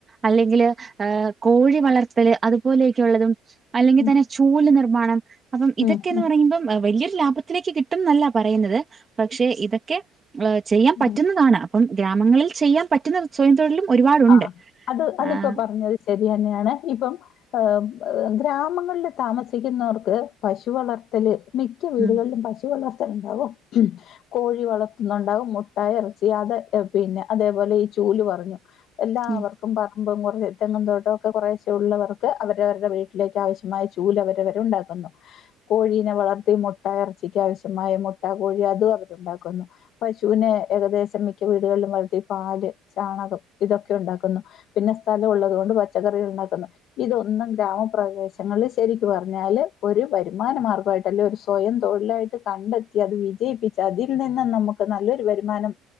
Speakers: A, on the right; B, on the left.
A: അല്ലെങ്കില് ഏഹ് കോഴി വളർത്തല് അതുപോലെയൊക്കെഉള്ളതും അല്ലെങ്കിതന്നെ
B: ഉം
A: ചൂല് നിർമ്മാണം അപ്പം ഇതൊക്കെന്ന്
B: ഉം ഉം
A: പറയുമ്പം വല്യോരു ലാഭത്തിലേക്ക് കിട്ടുന്നല്ല പറയുന്നത് പക്ഷെ ഇതൊക്കെ ചെയ്യാപറ്റുന്നതാണ്
B: ഉം.
A: അപ്പം ഗ്രാമങ്ങളിൽ ചെയ്യാൻ പറ്റുന്ന സ്വയം തൊഴിലും ഒരുപാടുണ്ട്
B: ആഹ് അത് അതിപ്പോ
A: ആഹ്‌
B: പറഞ്ഞത് ശരിയന്നെയാണ് ഇപ്പം അഹ് ഹ്‌ ഗ്രാമങ്ങളില് താമസിക്കുന്നവർക്ക് പശു വളർ ത്തല് മിക്ക വീടുകളിലും
A: ഉം
B: പശു വളർത്തലുണ്ടാവും കോഴി വളർത്തുന്നു ണ്ടാവും മുട്ടായും എറച്ചി അത് പിന്നെ അതേപോലെ ഈ ചൂല് പറഞ്ഞു എല്ലാവർ
A: ഉം
B: ക്കും പറമ്പും കുറേ തെങ്ങും തോട്ടവും ഒക്കെ കുറേശേ ഉള്ളവർക്ക് അവരവരുടെ വീട്ടിലേക്ക് ആവശ്യ മായ ചൂലവരെവര് ഉണ്ടാക്കുന്നു കോഴീനെ വളർത്തി മുട്ട എറച്ചിക്ക് ആവശ്യമായ മുട്ട കോഴി അതും അവരുണ്ടാക്കുന്നു പശുവിനെ ഏകദേശം മിക്ക വീടുകളിലും വളർത്തി പാല് ചാണകം ഇതൊക്കെ ഉണ്ടാക്കുന്നു പിന്നെ സ്ഥലം ഉള്ളത്കൊണ്ട് പച്ചക്കറികള്ണ്ടാക്കുന്നു ഇതൊന്നും ഗ്രാമപ്രദേശങ്ങളില് ശരിക്ക്പറഞ്ഞാല് ഒരു വരുമാന മാർഗമായിട്ടല്ലെ ഒരു സ്വയം തൊഴിലായിട്ട് ട്ട് കണ്ടെത്തി അത് വിജയിപ്പിച്ച അതിൽ നിന്നും നമുക്ക് നല്ലൊരു വരുമാനം